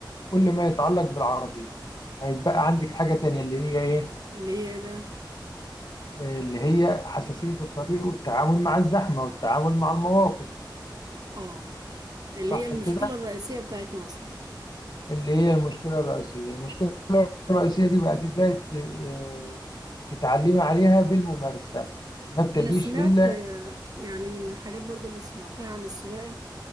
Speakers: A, on the left; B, on the right.
A: كل ما يتعلق بالعربية هيتبقى عندك حاجة تانية اللي هي إيه
B: اللي هي إيه بقى
A: اللي هي حساسية الطريق والتعامل مع الزحمة والتعامل مع المواقف
B: اه اللي
A: صح
B: هي المشكلة
A: كده
B: الرئيسية بتاعتنا أصلا
A: اللي هي المشكلة الرئيسية المشكلة الرئيسية دي بقى تبدأي ت- آه، تتعلمي عليها بالممارسة ما بتجيش
B: أنا سمعت
A: إلا
B: آه، يعني من الحاجات برضو اللي سمعتها عن السواقة